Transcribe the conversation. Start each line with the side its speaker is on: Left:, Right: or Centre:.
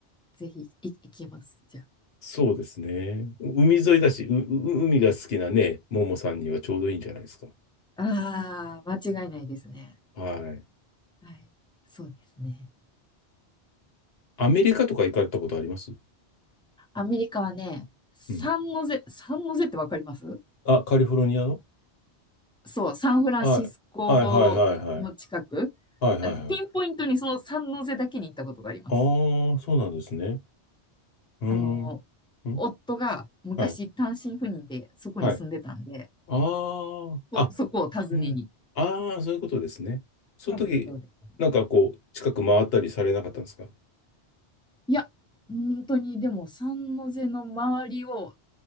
Centre: ー、ぜひい行きます。じゃあ。
Left: そうですね。う海沿いだし、
Centre: う
Left: う、う海が好きなね、ももさんにはちょうどいいんじゃないですか。
Centre: ああー、間違いないですね。
Left: はい。
Centre: はい。そうですね。
Left: アメリカとか行かれたことあります
Centre: アメリカはね、サンノゼ、
Left: うん。
Centre: サンノゼってわかります
Left: あ、カリフォルニアの
Centre: そう、サンフランシスコの近く、
Left: はい。はいはいはいはい。はいはいはい。
Centre: あピンポイントにその三ノ瀬だけに行ったことがあります。
Left: ああ、そうなんですね。うーん。
Centre: あの、
Left: ん
Centre: 夫が昔単身赴任でそこに住んでたんで、
Left: はい。はい。ああ、
Centre: そ、
Left: あ、
Centre: そこを訪ねに。
Left: うん。ああ、そういうことですね。その時、
Centre: そうです、そうです。
Left: なんかこう、近く回ったりされなかったんですか
Centre: いや、本当にでも三ノ瀬の周りを